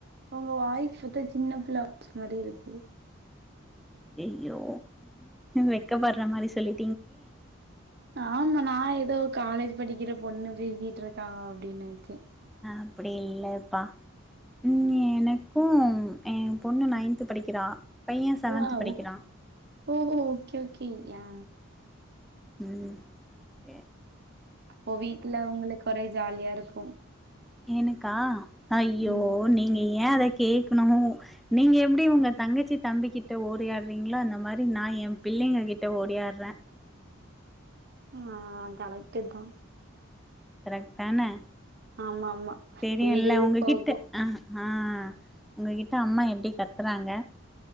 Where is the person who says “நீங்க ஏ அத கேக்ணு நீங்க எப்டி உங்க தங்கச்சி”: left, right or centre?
Centre